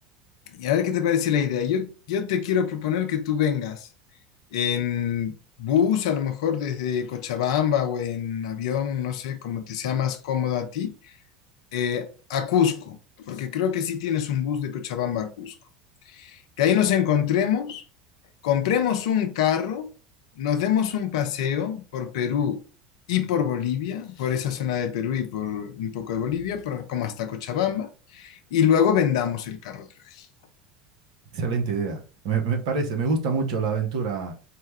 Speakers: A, on the left (about 60°); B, on the right (about 60°).
A: Y a ver qué te parece la idea. Yo, yo te quiero proponer que tú vengas en bus, a lo mejor desde Cochabamba o en avión, no sé, como te sea más cómodo a ti, eh, a Cusco, porque creo que sí tienes un bus de Cochabamba a Cusco. que ahí nos encontremos, compremos un carro, nos demos un paseo por Perú y por Bolivia, por esa zona de Perú y por un poco de Bolivia, por- como hasta Cochabamba, y luego vendamos el carro otra vez.
B: Excelente idea. Me, me parece, me gusta mucho la aventura